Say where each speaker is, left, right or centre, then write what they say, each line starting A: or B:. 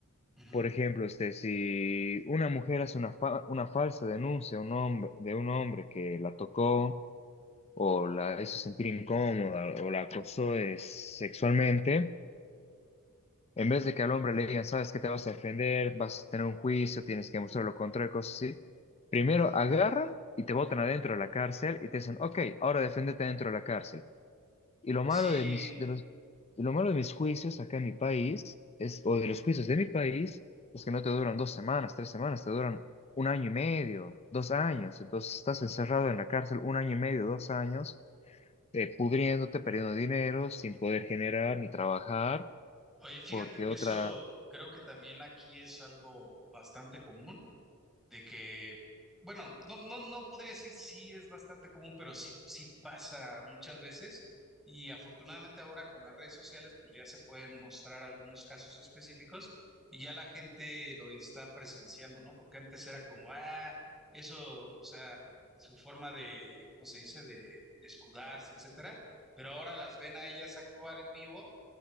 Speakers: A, in the centre; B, on the left.
A: Ujú.
B: Por ejemplo, este, si una mujer hace una, fa- una falsa denuncia a un hombre, de un hombre que la tocó o la hizo sentir incómoda o la acosó eh, sexualmente, en vez de que al hombre le digan, sabes que te vas a defender, vas a tener un juicio, tienes que mostrar lo contrario, cosas así, primero agarran y te botan adentro de la cárcel y te dicen, ok, ahora defiéndete dentro de la cárcel. Y lo malo
A: Sí,
B: de mis, de los, y lo malo de mis juicios acá en mi país, es, o de los juicios de mi país, es que no te duran dos semanas, tres semanas, te duran un año y medio, dos años. Entonces estás encerrado en la cárcel un año y medio, dos años, eh, pudriéndote, perdiendo dinero, sin poder generar ni trabajar,
A: oye, fíjate
B: porque
A: que
B: otra...
A: eso creo que también aquí es algo bastante común. de que, bueno, no, no, no podría decir sí es bastante común, pero sí, sí pasa muchas veces. Y afortunadamente ahora con las redes sociales, pues ya se pueden mostrar algunos casos específicos y ya la gente lo está presenciando, ¿no? Porque antes era como, ah, eso, o sea, su forma de, ¿cómo se dice?, de escudarse, etcétera. Pero ahora las ven a ellas actuar en vivo